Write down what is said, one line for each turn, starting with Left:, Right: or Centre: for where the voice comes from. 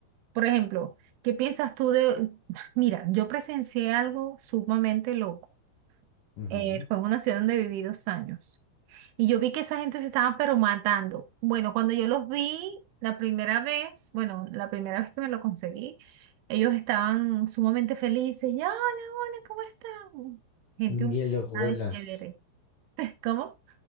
Right: por ejemplo, ¿qué piensas tú de... Mira, yo presencié algo sumamente loco.
Left: Ujú,
Right: eh, fue en una ciudad donde viví dos años. Y yo vi que esa gente se estaba pero matando. Bueno, cuando yo los vi la primera vez, bueno, la primera vez que me lo conseguí, ellos estaban sumamente felices. Y, hola, hola, ¿cómo están? Gente
Left: Miel
Right: humilde,
Left: y hojuelas,
Right: ¿sabes? Chévere. <laughs> ¿Cómo?